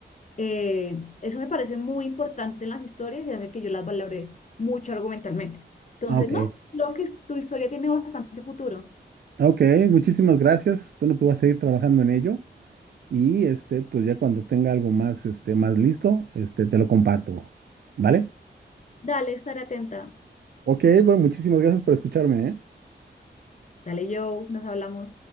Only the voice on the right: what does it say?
Ah, ok.
Ok, muchísimas gracias. Bueno, pues voy a seguir trabajando en ello y este, pues ya cuando tenga algo más, este, más listo, este, te lo comparto, ¿vale?
Ok, bueno, muchísimas gracias por escucharme, ¿eh?